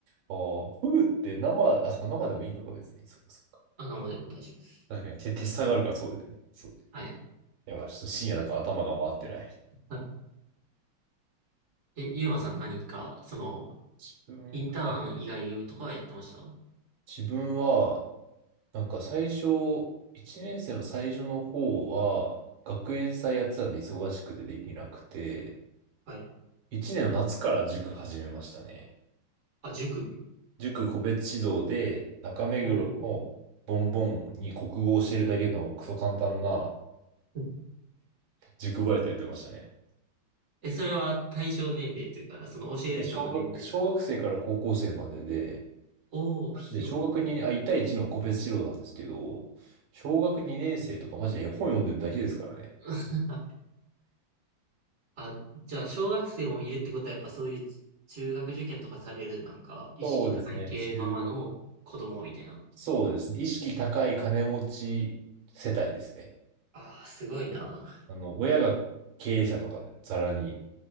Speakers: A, on the right; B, on the right.
A: ああ、フグって生、あ、そこ生でもいいのか別に。そうかそうか。
B: あ、なんもでも大丈夫です。
A: 確かに手、手下がるからそうだよね。そうだよ。
B: はい。
A: やばい、ちょっと深夜だから頭が回ってない。
B: <laughs> あえ、ゆうまさん何か、その、
A: 自分、
B: インターン以外とかはやってました
A: はい。自分は、なんか最初、1年生の最初の方は、学園祭やってたんで忙しくてできなくて、
B: はい。
A: 1年の夏から塾始めましたね。
B: あ、塾。
A: 塾個別指導で、中目黒のボンボンに国語を教えるだけのクソ簡単な
B: おー。<laughs>
A: 塾バイトやってましたね。
B: え、それは対象年齢というか、その教える人の年齢。
A: で、小学、小学生から高校生までで、
B: おお、
A: マジで小学にあ、
B: 広い。
A: 1対1の個別指導なんですけど、小学2年生とかマジで絵本読んでるだけですからね。
B: <laughs> あ、じゃあ、小学生もいるってことは、やっぱそういうち中学受験とかされる、なんか、意識高い系ママの子供みたいな。
A: そうですね。中学、そうですね。意識高い金持ち世帯ですね。
B: ああ、すごいな。
A: あの、親が経営者とかでざらに